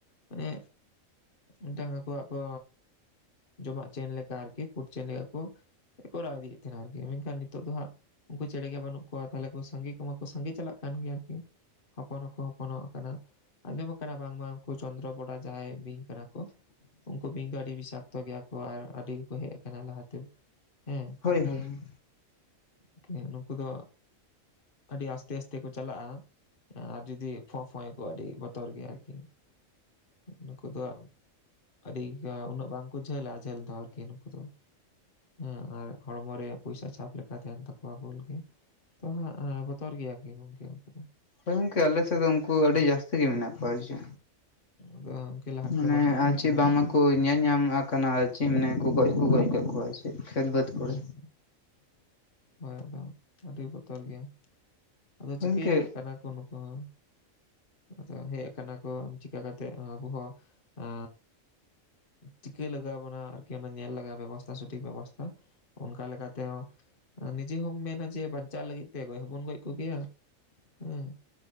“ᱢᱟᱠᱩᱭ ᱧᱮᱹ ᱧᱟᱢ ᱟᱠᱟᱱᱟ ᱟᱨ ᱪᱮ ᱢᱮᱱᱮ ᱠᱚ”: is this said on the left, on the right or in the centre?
Left